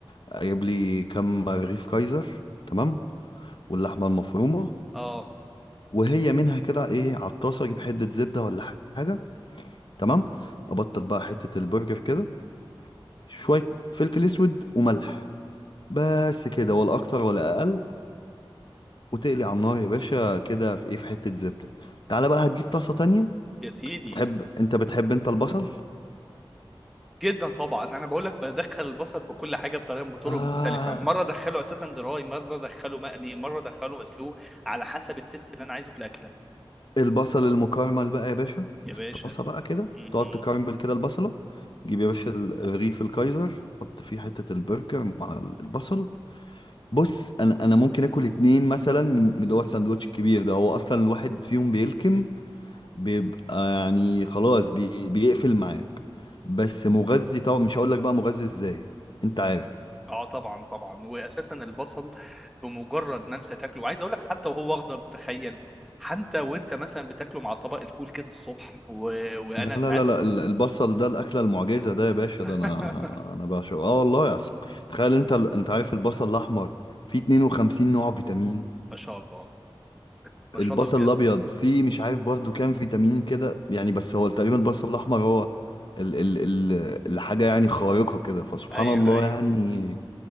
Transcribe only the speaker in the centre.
اه
يا سيدي
جدا طبعا انا بقول لك بدخل البصل في كل حاجه بطريقه بطرق
مختلفه مره
ادخله اساسا دراي مره ادخله مقلي مره ادخله مسلوق على حسب التست اللي انا عايزه في الاكله
يا
باشا
م-م.
اه طبعا طبعا واساسا البصل بمجرد ما انت تاكله وعايز اقول لك حتى وهو اخضر تخيل حتى وانت مثلا بتاكله مع طبق الفول كده الصبح و... وانا
نفسي
<laughs>
ما شاء الله ما
شاء الله بجد
ايوه
ايوه
ايوه